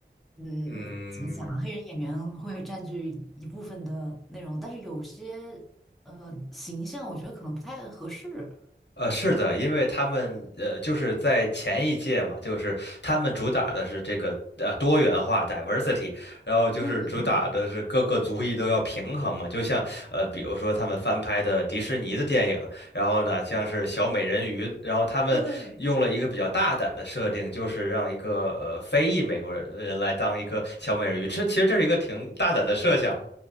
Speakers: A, in the centre; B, on the left (about 65°).
A: 嗯，
B: 嗯，
A: 怎么讲，黑人演员会占据一部分的内容，但是有些呃形象我觉得可能不太合适。
B: 呃，是的，因为他们呃，就是在前一届嘛，就是他们主打的是这个呃多元化 diversity，然后就是主打的是各个族裔都要平衡嘛，
A: 嗯嗯，
B: 就像呃，比如说他们翻拍的迪士尼的电影，然后呢，像是小美人鱼，然后他们用了一个比较大胆的设定，
A: 对。
B: 就是让一个呃非裔美国人人来当一个小美人鱼，这其实这是一个挺大胆的设想嘛，